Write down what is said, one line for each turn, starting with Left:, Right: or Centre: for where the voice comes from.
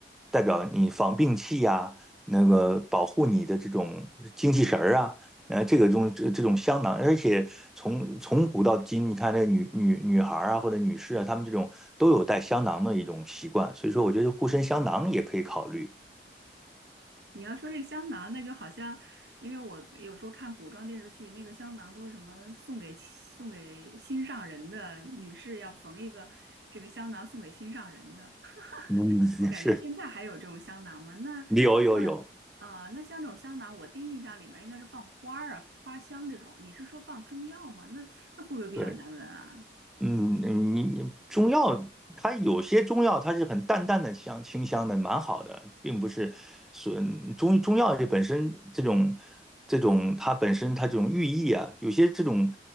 Centre: 代表你防病气呀、那个保护你的这种精气神儿啊，呃，这个种这这种香囊，而且从从古到今，你看那女女女孩儿啊或者女士啊，她们这种都有带香囊的一种习惯，所以说我觉得护身香囊也可以考虑。
Right: 你要说这香囊，那就好像，因为我有时候看古装电视剧，那个香囊都是什么送给送给心上人的，女士要缝一个这个香囊送给心上人的。
Centre: 嗯，
Right: 我感觉现在还有这种香囊吗？
Centre: 也是
Right: 那那啊、
Centre: 有有有，
Right: 那像这种香囊，我第一印象里面应该是放花儿啊、花香这种。你是说放中药吗？那那会不会比较难闻啊？
Centre: 对，嗯，嗯你你中药，它有些中药它是很淡淡的香清香的，蛮好的，并不是损中中药这本身这种这种它本身它这种寓意啊，有些这种